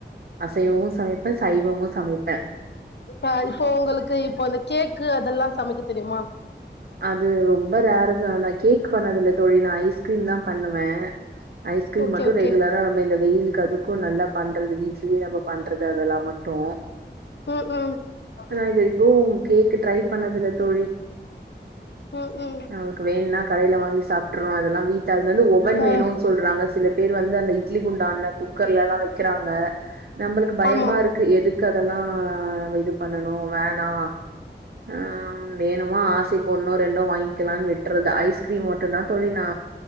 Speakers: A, on the right; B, on the left.
A: அசைவமு சமைப்ப சைவமு சமைப்ப
B: அ இப்போ உங்களுக்கு இப்போ இந்த கேக்கு அதெல்லா சமைக்க தெரிமா
A: அது ரொம்ப ரேருதா நா கேக் பண்ணது இல்ல தோழி நா ஐஸ்கிரீம் தா பண்ணுவ ஐஸ்கிரீம்
B: ஓகே
A: மட்டு
B: ஓகே
A: ரெகுலரா நம்ம இந்த வெயிலுக்கு அதுக்கு நல்லா பண்றது வீட்லேயே நம்ம பண்றது அதெல்லா மட்டு
B: ம்க்கு
A: ஆனா இது வரைக்கு கேக்கு ட்ரை பண்ணதுல்ல தோழி
B: ம் ம்
A: நமக்கு வேண்னா கடைல வாங்கி சாப்ட்றோ அதெல்லா வீட்டு அதுல இருந்து ஒவன்
B: ஆ
A: வேணு சொல்றாங்க சில பேர் வந்து அந்த இட்லி குண்டான்ல குக்கர்ல எல்லா வைக்கறாங்க நம்மளுக்கு பயமா
B: ஆமா
A: இருக்கு எதுக் கதலா இது பண்ணணு வேணா ஆ வேணுமா ஆசைக் ஒன்னோ ரெண்டோ வாய்ங்க்கலானு விட்றது ஐஸ்கிரீம் மட்டுதா தோழி நா